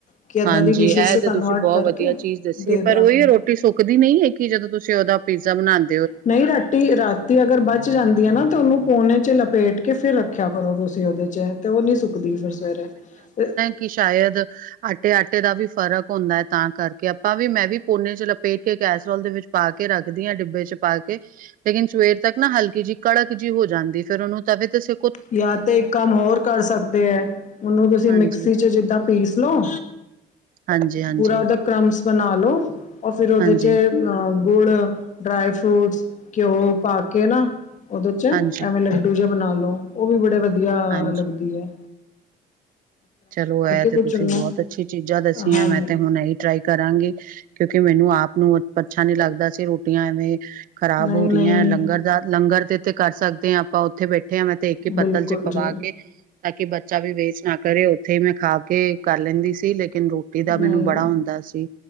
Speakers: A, on the left (about 45°); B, on the right (about 55°).
A: ਕਿ ਏਦਾਂ
B: ਹਾਂਜੀ
A: ਦੀ ਡਿਸ਼ਿਸ
B: ਐ
A: ਚ
B: ਤਾਂ
A: ਕਨਵਰਟ
B: ਤੁਸੀਂ ਬਹੁਤ
A: ਕਰਕੇ
B: ਵਧੀਆ ਚੀਜ਼ ਦੱਸੀ
A: ਦੇ
B: ਏ
A: ਦਿਆ
B: ਪਰ ਉਹੀ
A: ਕਰੋ
B: ਹੈ ਰੋਟੀ ਸੁੱਕਦੀ ਨਈ ਹੈਗ ਕਿ ਜਦੋਂ ਤੁਸੀਂ ਉਦਾ ਪੀਜ਼ਾ ਬਣਾਂਣੇ।
A: ਨਈ ਰਾਤੀ ਰਾਤ ਰਾਤੀਂ ਅਗਰ ਬੱਚ ਜਾਂਦੀ ਐ ਨਾ ਤਾਂ ਉਨੂੰ ਪੋਨੇ 'ਚ ਲਪੇਟ ਕੇ ਫਿਰ ਰੱਖਿਆ ਕਰੋ ਤੁਸੀਂ ਉਦੇ 'ਚ ਤੇ ਓ ਨਈ ਸੁੱਕਦੀ ਫਿਰ ਸਵੇਰੇ ਅ
B: ਕੀ ਸ਼ਾਇਦ ਆਟੇ-ਆਟੇ ਦਾ ਵੀ ਫਰਕ ਹੁੰਦਾ ਐ ਤਾਂ ਕਰਕੇ ਆਪਾਂ ਵੀ ਮੈਂ ਵੀ ਪੋਨੇ 'ਚ ਲਪੇਟ ਕੇ ਕੈਸਰੋਲ ਦੇ ਵਿੱਚ ਪਾ ਕੇ ਰੱਖਦੀ ਹਾਂ ਡਿੱਬੇ 'ਚ ਪਾ ਕੇ। ਲੇਕਿਨ ਸਵੇਰ ਤੱਕ ਨਾ ਹਲਕੀ ਜਿਹੀ ਕੜਕ ਜਿਹੀ ਹੋ ਜਾਂਦੀ ਫੇਰ ਉਨੂੰ ਤਵੇ ਤਾਂ ਸ
A: ਜਾਂ ਤੇ ਇੱਕ ਕੰਮ ਹੋਰ ਕਰ ਸਕਦੇ ਐ ਉਨੂੰ ਤੁਸੀਂ
B: ਹਾਂਜੀ,
A: ਮਿਕਸੀ 'ਚ ਜਿੱਦਾਂ ਪੀਸ ਲਓ।
B: ਹਾਂਜੀ, ਹਾਂਜੀ।
A: ਪੂਰਾ ਉਦਾ ਕ੍ਰਮਸ ਬਣਾ ਲੋੋ ਔਰ ਫਿਰ ਉਦੇ
B: ਹਾਂਜੀ,
A: 'ਚ ਅ ਗੁੜ ਡਰਾਈ ਫਰੂਟਸ ਘਿਓ ਪਾ ਕੇ ਨਾ ਉਦੇ 'ਚ
B: ਹਾਂਜੀ,
A: ਐਵੇਂ ਲੱਡੂ ਜਿਹੇ ਬਣਾ ਲੋ ਓ ਵੀ ਬੜੇ ਵਧੀਆ
B: ਹਾਂਜੀ।
A: ਲੱਗਦੀ ਏ।
B: ਚਲੋ ਇਹ ਤੇ
A: ਕੁਛ
B: ਤੁਸੀਂ
A: ਉਹਨੂੰ
B: ਬੋਤ ਅੱਛੀ ਚੀਜ਼ਾਂ ਦੱਸੀਆਂ
A: ਹਾਂਜੀ
B: ਮੈਂ ਤੇ ਹੁਣੇ ਈ ਟਰਾਈ ਕਰਾਂਗੀ ਕਿਉਂਕਿ ਮੈਨੂੰ ਆਪ ਨੂੰ ਅੱਛਾ ਨੀ ਲੱਗਦਾ ਸੀ ਰੋਟੀਆਂ ਐਵੇਂ ਖਰਾਬ
A: ਨਹੀਂ
B: ਹੋ
A: ਨਹੀਂ
B: ਰਈ ਆਂ ਲੰਗਰ ਦਾ ਲੰਗਰ ਦੇ ਤੇ ਕਰ ਸਕਦੇ ਹਾਂ ਆਪਾਂ ਉੱਥੇ ਬੈਠੇ ਹਾਂ ਮੈਂ ਦੇ ਕੇ ਪੱਤਲ
A: ਬਿਲਕੁਲ
B: 'ਚ ਪਵਾ
A: ਜੀ
B: ਕੇ ਤਾਂ ਕਿ ਬੱਚਾ ਵੀ ਵੇਸਟ ਨਾ ਕਰੇ ਉੱਥੇ ਮੈਂ ਖਾ ਕੇ ਕਰ ਲੈਂਦੀ ਸੀ ਲੇਕਿਨ ਰੋਟੀ ਰੋਟੀ ਦਾ
A: ਨਹੀਂ
B: ਮੈਨੂੰ ਬੜਾ ਹੁੰਦਾ ਸੀ।